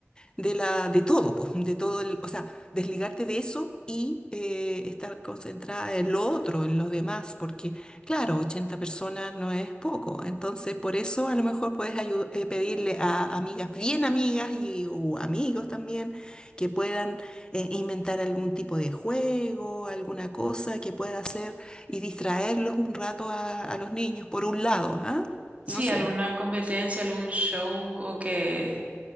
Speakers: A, on the left; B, on the right.
A: de la, de todo, pues, de todo el, o sea, desligarte de eso y eh, estar concentrada en lo otro, en los demás, porque claro, 80 personas no es poco, entonces por eso a lo mejor puedes ayu- eh, pedirle a amigas, bien amigas y o amigos también, que puedan eh, inventar algún tipo de juego, alguna cosa que pueda hacer y distraerlos un rato a, a los niños, por un lado, ¿ah?
B: Sí,
A: No sé.
B: alguna competencia, algún show o que